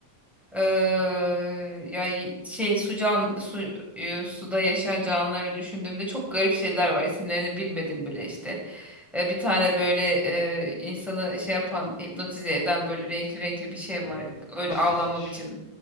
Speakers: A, in the centre; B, on the left.
A: eee, yani şey su can su e, suda yaşayan canlıları düşündüğümde çok garip şeyler var isimlerini bilmedim bile işte E, bir tane böyle e, insanı şey yapan hipnotize eden böyle renkli renkli bir şey
B: Hı
A: var
B: hı.
A: öyle
B: Cuttlefish.
A: avlanma biçimi